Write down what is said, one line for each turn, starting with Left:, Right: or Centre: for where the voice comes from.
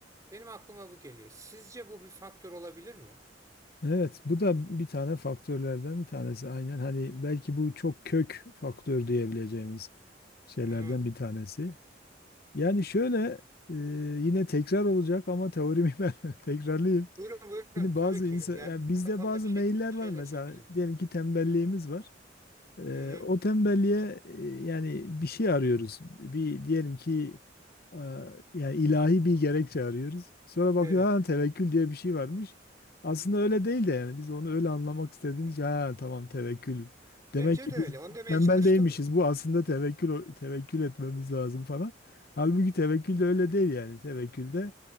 Right: Benim aklıma bu geliyor. Sizce bu bir faktör olabilir mi?
Left: Evet, bu da bir tane faktörlerden bir tanesi. Aynen hani belki bu çok kök faktör diyebileceğimiz şeylerden
Right: Hı hı.
Left: bir tanesi. Yani şöyle e, yine tekrar olacak ama teorimi <laughs> ben tekrarlayayım.
Right: Buyurun buyurun
Left: Şimdi
Right: tabii
Left: bazı
Right: ki.
Left: insan,
Right: Yani
Left: yani bizde
Right: kafamda
Left: bazı
Right: bir şey
Left: meyiller
Right: bir şeyler
Left: var mesela.
Right: şekillenir.
Left: Diyelim ki tembelliğimiz var. Ee,
Right: Hı hı.
Left: o tembelliğe e, yani bir şey arıyoruz. Bir diyelim ki e, yani ilahi bir gerekçe arıyoruz. Sonra bakıyor
Right: Evet.
Left: ha tevekkül diye bir şey varmış. Aslında öyle değil de yani biz onu öyle anlamak istediğimiz için, ha tamam tevekkül. Demek
Right: Bence
Left: ki
Right: de
Left: biz
Right: öyle. Onu demeye
Left: tembel
Right: çalıştım
Left: değilmişiz.
Right: da.
Left: Bu aslında tevekkül tevekkül etmemiz lazım falan. Halbuki tevekkül de öyle değil yani. Tevekkülde